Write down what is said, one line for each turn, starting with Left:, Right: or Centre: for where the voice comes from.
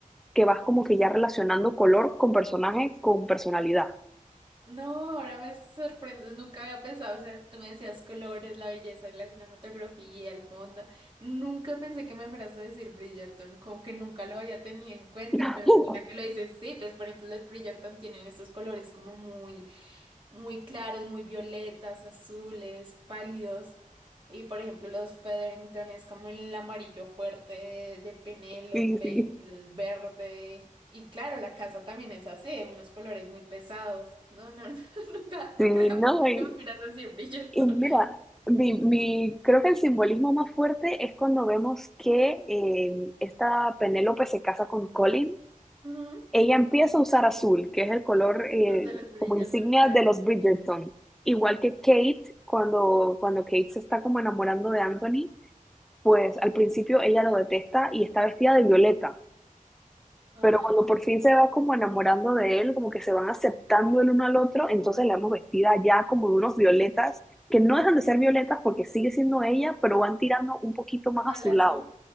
Centre: que vas como que ya relacionando color con personaje, con personalidad.
Right: No, ahora me sorprendes, nunca había pensado, o sea, tú me decías colores, la belleza, la cinematografía, el fondo, nunca pensé que me fueras a decir Bridgerton, como que nunca lo había tenido en cuenta,
Centre: <laughs>
Right: pero pues ahora que lo dices, sí, pues por ejemplo los Bridgerton tienen estos colores como muy muy claros, muy violetas, azules, pálidos. Y por ejemplo, los Featherington es como el amarillo fuerte de, de Penélope,
Centre: Sí, sí,
Right: el verde. Y claro, la casa también es así, unos colores muy pesados. No, no, <laughs> no, nunca,
Centre: sí,
Right: nunca había
Centre: no,
Right: pensado
Centre: y,
Right: que me miras así, Bridgerton.
Centre: y mira, mi, mi- creo que el simbolismo más fuerte es cuando vemos que eh, esta Penélope se casa con Colin.
Right: Ujú,
Centre: Ella empieza a usar azul, que es el color eh,
Right: el De los Bridgerton,
Centre: como insignia
Right: claro.
Centre: de los Bridgerton. Igual que Kate, cuando, cuando Kate se está como enamorando de Anthony, pues al principio ella lo detesta y está vestida de violeta.
Right: Ajá.
Centre: Pero cuando por fin se va como enamorando de él, como que se van aceptando el uno al otro, entonces la vemos vestida ya como de unos violetas, que no dejan de ser violetas porque sigue siendo ella, pero van tirando un poquito más
Right: Mal
Centre: a su
Right: azul.
Centre: lado,